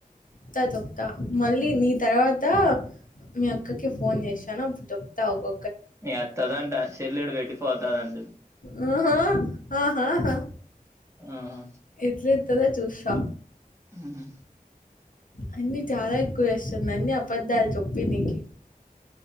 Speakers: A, on the left (about 65°); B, on the right (about 20°).
A: త తొక్త మళ్ళీ నీ తర్వాత మీ అక్కకే ఫోన్ చేసాను అప్పుడు చెప్తా అగు
B: ఇగ అత్తదంట సెల్లు ఇడా పెట్టిపోతదండి
A: మ్ హు ఆహాహా
B: ఆహా
A: ఎట్లేతదో చూస్త
B: మ్ హు
A: అన్నిీ చాలా ఎక్కువ చేస్తుంది అన్నిీ అబద్ధాలు చెప్పి నీకి